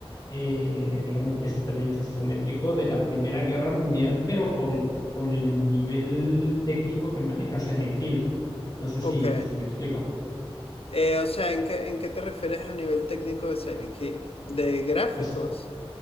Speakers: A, on the left (about 35°); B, on the left (about 70°).
A: eh, digamos, ese también es isométrico de la Primera Guerra Mundial, pero con, con el nivel técnico que maneja Silent Hill. No sé
B: Ok.
A: si, si me explico.
B: Eh, o sea, ¿en qué, en qué te refieres a nivel técnico de Silent Hill? ¿De gráficos?
A: O,